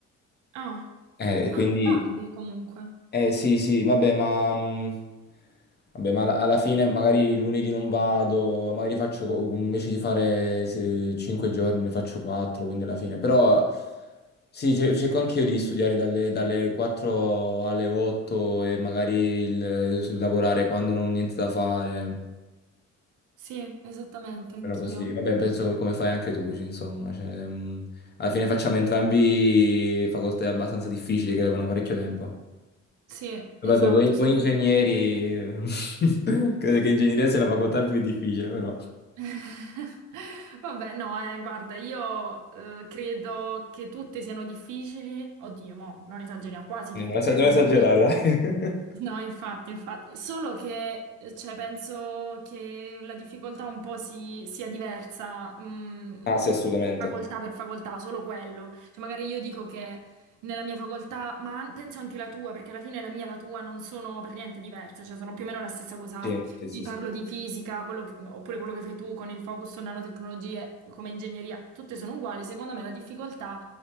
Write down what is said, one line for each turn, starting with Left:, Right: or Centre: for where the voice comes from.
Right: Ah,
Left: Eh, e
Right: ah,
Left: quindi
Right: tardi comunque.
Left: Eh sì, sì, vabbè, ma, mh, vabbè, ma alla alla fine magari lunedì non vado, magari faccio co- invece di fare 5 giorni ne faccio 4, quindi alla fine. Però sì, ce- cerco anch'io di studiare dalle, dalle 4 alle 8 e magari il- lavorare quando non ho niente da fare.
Right: Sì, esattamente, anch'io.
Left: Però così, vabbè, penso che come fai anche tu, ci- insomma, cioè, mh, alla fine facciamo entrambi facoltà abbastanza difficili che levano parecchio tempo.
Right: Sì,
Left: Vabbè,
Right: esatto,
Left: voi, voi
Right: sì.
Left: ingegneri, <laughs> credo che ingegneria sia la facoltà più difficile, però.
Right: <laughs> Vabbè, no, eh, guarda, io eh, credo che tutte siano difficili. Oddio, mo, non esageriamo, quasi
Left: Eh,
Right: tutte
Left: Non esagerare,
Right: sono
Left: non esagerare,
Right: difficili.
Left: dai.
Right: No, infatti, infatti, solo che eh, cioè, penso che la difficoltà un po' si- sia diversa, mm,
Left: <laughs> Ah, sì, assolutamente.
Right: facoltà per facoltà, solo quello. Cioè, magari io dico che nella mia facoltà, ma an- penso anche la tua, perché alla fine la mia e la tua non sono per niente diverse, cioè sono più o meno la stessa cosa.
Left: Sì, sì,
Right: Ti
Left: sì,
Right: parlo
Left: sì.
Right: di fisica, quello che- oppure quello che fai tu con il focus su nanotecnologie come ingegneria, tutte sono uguali. Secondo me la difficoltà